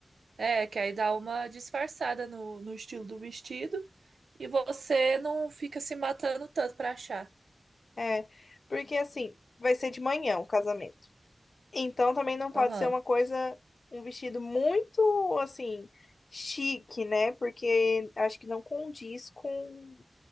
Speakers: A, on the right; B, on the left.
A: É, que aí dá uma disfarçada no, no estilo do vestido e você não fica se matando tanto pra achar.
B: É, porque assim, vai ser de manhã o casamento. Então também não pode
A: Aham.
B: ser uma coisa, um vestido muito assim, chique, né? Porque acho que não condiz com,